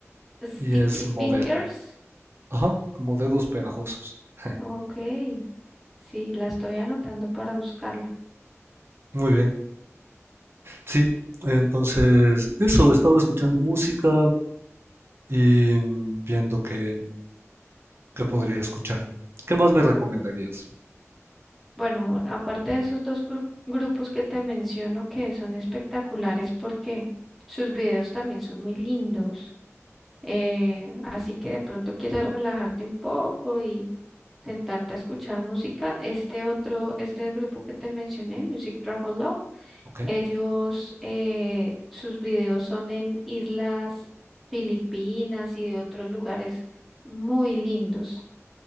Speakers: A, in the centre; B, on the right.
A: Sticky
B: Y es
A: Fingers.
B: moderno, ajá, como dedos pegajosos. <laughs>
A: Ok, sí, la estoy anotando para buscarla.
B: Muy bien, sí, entonces eso, estaba escuchando música y mm, viendo que que podría escuchar? ¿Qué más me recomendarías?
A: Bueno, aparte de esos dos gru- grupos que te menciono que son espectaculares porque sus videos también son muy lindos. Eh, así que de pronto quieres relajarte un poco y sentarte a escuchar música. Este otro, este grupo que te mencioné, Music Travel Love.
B: Ok.
A: Ellos, eh, sus videos son en islas Filipinas y de otros lugares muy lindos.